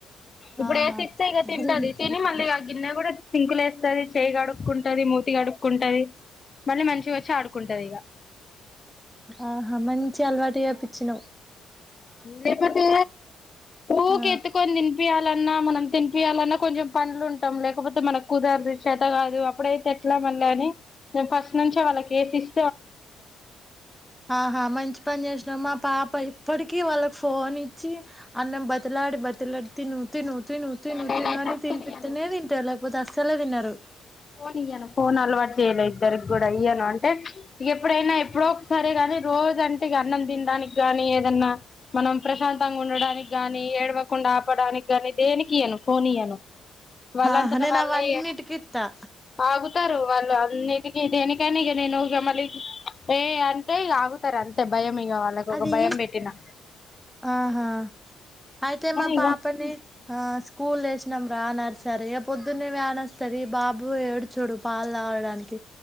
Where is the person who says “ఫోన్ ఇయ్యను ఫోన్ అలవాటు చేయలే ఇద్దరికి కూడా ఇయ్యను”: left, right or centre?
Left